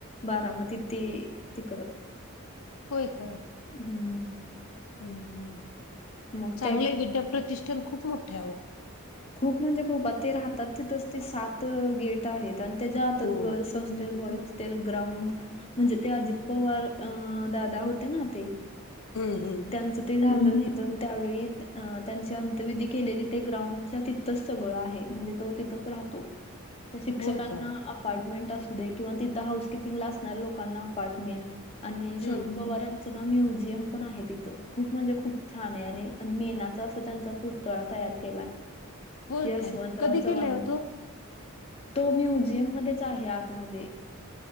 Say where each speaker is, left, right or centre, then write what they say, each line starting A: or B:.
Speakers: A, on the left; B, on the left.
A: बारामती ते तिकडं
B: होय का.
A: हम्म हम्म.
B: हम्म हम्.
A: मग
B: चांगलय
A: त्या
B: विद्याप्रतिष्ठान खूप मोठय आवो.
A: खूप म्हणजे खूप आता ते राहतात तिथंच ते सात गेट आहेत. आणि ते जातात
B: हो
A: गर्ल्स हॉस्टेल, बॉईज हॉस्टेल ग्राउंड म्हणजे ते अजित पवार अं दादा होते ना ते.
B: हम्म हम्म.
A: त्यांचं ते झालं निधन त्यावेळी अं त्यांची अंतविधी केलेली ते ग्राउंड त तिथच सगळं आहे म्हणजे तो तिथच राहतो, शिक्षकांना
B: होय का
A: अपार्टमेंट अस ते किंवा तिथं हाउस किपींगला असणाऱ्या लोकांना अपार्टमेंट, आणि शरद
B: हम्म
A: पवार यां चं ना म्युझिअम पण आहे तिथं खूप म्हणजे खूप छानय आणि मेनाच अस त्यांचं असं पुर् पुतळा तयार केलाय
B: होय
A: यशवंतराव
B: का कधी
A: चव्हाणांनी.
B: केलाय ओ तो?
A: तो म्युझियम मध्येच आहे आतमध्ये.